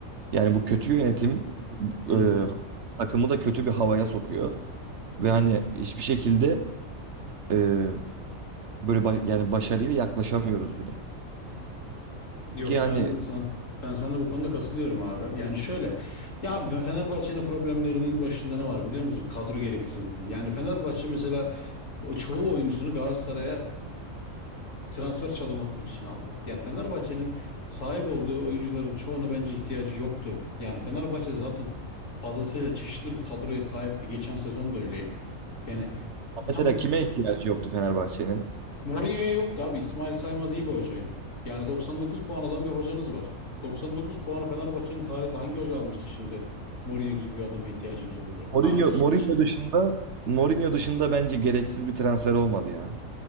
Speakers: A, on the right; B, on the left.
A: Yani bu kötü yönetim
B: Hı
A: e,
B: hı.
A: takımı da kötü bir havaya sokuyor ve hani hiçbir şekilde e, böyle ba- yani başarıya yaklaşamıyoruz bile.
B: Yok
A: Ki yani
B: ben sana, ben sana bu konuda katılıyorum abi. Yani şöyle ya abi ben Fenerbahçe'nin problemlerinin başında ne var biliyor musun? Kadro gereksizliği. Yani Fenerbahçe mesela o çoğu oyuncusunu Galatasaray'a transfer çalım atmak için aldı. Yani Fenerbahçe'nin sahip olduğu oyuncuların çoğuna bence ihtiyacı yoktu. Yani Fenerbahçe zaten fazlasıyla çeşitli bir kadroya sahipti. Geçen sezon da öyleydi. Yani
A: mesela
B: tamam
A: kime ihtiyacı yoktu Fenerbahçe'nin?
B: Mourinho'ya yoktu abi. İsmail Saymaz iyi bir hocaydı. Yani 99 puan alan bir hocanız var. 99 puanı Fenerbahçe'nin tarihinde hangi hoca almıştı şimdi? Mourinho gibi bir adama ihtiyacınız olacak.
A: Mourinho
B: Ha ki
A: Mourinho
B: bir şey-
A: dışında Mourinho dışında bence gereksiz bir transfer olmadı ya.